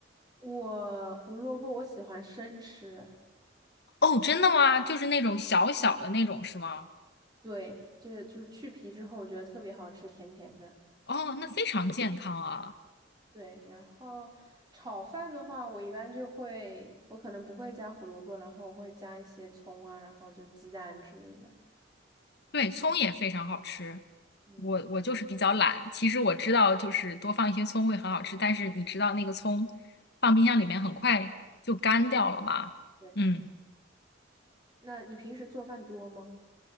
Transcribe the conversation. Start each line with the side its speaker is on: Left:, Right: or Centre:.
Right: 我胡萝卜我喜欢生吃，
Left: 哦，真的吗？就是那种小小的那种是吗？
Right: 对，就就是去皮之后我觉得特别好吃，甜甜的。
Left: 哦，那非常健康啊。
Right: 对，然后炒饭的话，我一般就会，我可能不会加胡萝卜，然后我会加一些葱啊，然后就鸡蛋之类的。
Left: 对，葱也非常好吃。
Right: 嗯，
Left: 我我就是比较懒，其实我知道就是多放一些葱会很好吃，但是你知道那个葱放冰箱里面很快就干掉了嘛。
Right: 对，
Left: 嗯，
Right: 那你平时做饭多吗？